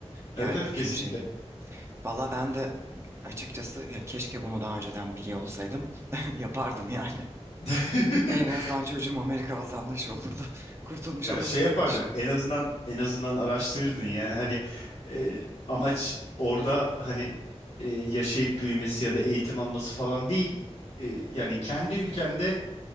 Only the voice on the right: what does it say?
Yani
bütün
şey Valla ben de açıkçası ya keşke bunu daha önceden biliyor olsaydım <laughs> yapardım yani.
En azından çocuğum Amerika vatandaşı olurdu. <laughs> Kurtulmuş
olurduk
diye düşünüyorum.